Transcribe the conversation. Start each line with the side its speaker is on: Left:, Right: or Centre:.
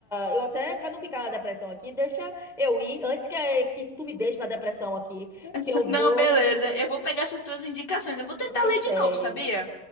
Centre: eu até para não ficar na depressão aqui, deixa eu ir antes que que tu me deixe na depressão aqui,
Left: <laughs>
Centre: que eu vou
Left: Não, beleza. Eu vou pegar essas tuas indicações. Eu vou tentar
Centre: me
Left: ler
Centre: pegue.
Left: de novo, sabia?